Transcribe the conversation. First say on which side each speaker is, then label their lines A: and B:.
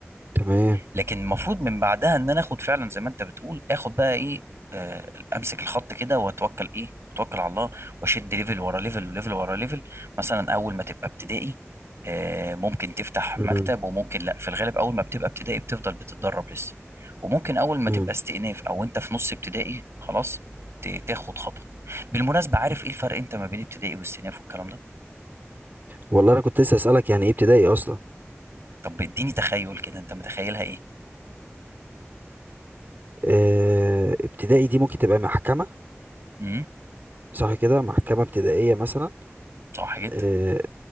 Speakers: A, on the right; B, on the right.
A: تمام
B: لكن المفروض من بعدها ان انا اخد فعلا زي ما انت بتقول اخد بقى ايه آه، امسك الخط كده واتوكل ايه اتوكل على الله واشد ليفل ورا ليفل وليفل ورا ليفل مثلا اول ما تبقى ابتدائي آه، ممكن تفتح
A: مم.
B: مكتب وممكن لا في الغالب اول ما بتبقى ابتدائي بتفضل بتتدرب لسه وممكن اول ما
A: مم.
B: تبقى استئناف او انت في نص ابتدائي خلاص ت- تاخد خطوة بالمناسبة عارف ايه الفرق انت ما بين ابتدائي واستئناف والكلام ده
A: والله انا كنت لسه اسالك يعني ايه ابتدائي اصلا
B: طب اديني تخيل كده انت متخيلها ايه
A: آه، ابتدائي دي ممكن تبقى محكمة
B: امم
A: صح كده محكمة ابتدائية مثلا
B: صح جدا
A: آه،